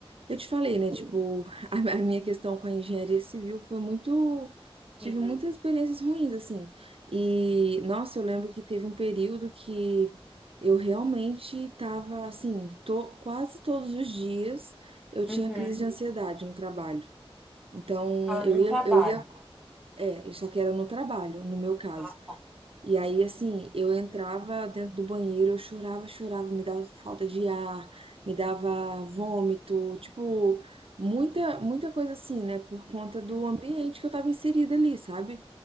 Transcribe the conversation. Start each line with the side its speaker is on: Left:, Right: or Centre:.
Right: Eu te falei, né? Tipo, <laughs> a a minha questão com a engenharia civil foi muito. Tive
Centre: Sim.
Right: muitas experiências ruins, assim. E, nossa, eu lembro que teve um período que eu realmente tava, assim, to... quase todos os dias eu tinha
Centre: Uhum.
Right: crise de ansiedade no trabalho. Então,
Centre: Ah,
Right: eu
Centre: no
Right: ia,
Centre: trabalho.
Right: eu ia, é, só que era no trabalho, no meu caso.
Centre: Ah, tá.
Right: E aí, assim, eu entrava dentro do banheiro, eu chorava, chorava, me dava falta de ar, me dava vômito, tipo, muita, muita coisa assim, né? Por conta do
Centre: Uhum.
Right: ambiente que eu tava inserida ali, sabe?